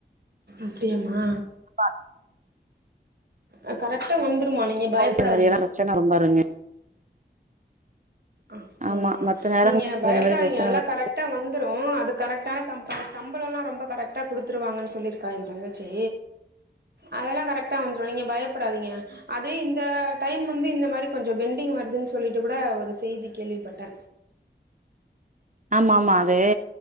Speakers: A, on the right; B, on the right.
A: இப்பயுமா
B: <unintelligible>
A: ஆஹ் கரக் ட்ட வந்துருமா நீங்க பயப்படாதீங்க
B: இந்த மாரி எல்லா பிரச்சன வரும் பாருங்க
A: ஆமாமா
B: ஆமா மத்த நேரம்
A: நீங்க பயப்படாதிங்க
B: இந்த மாரி பிரச்சன
A: அதெல்லா
B: வரு
A: கரெக்டா வந்துரு அது கரெக்டான கம்பெனி சம்பளலெல்லா ரொம்ப கரெக்டா குடுத்துருவாங்கன் சொல் சொல்லிருக்கா ஏ தங்கச்சி அதெல்லா கரெக்ட் கரெக்டா வந்துரு நீங்க பயப்படாதிங்க அதே இந்த டைம் வந்து இந்த மாரி கொஞ்சோ பெண்டிங் வருதுன்னு சொல்லிட்டு கூட ஒரு செய்தி கேள்விப்பட்டே
B: ஆமா ஆமா அது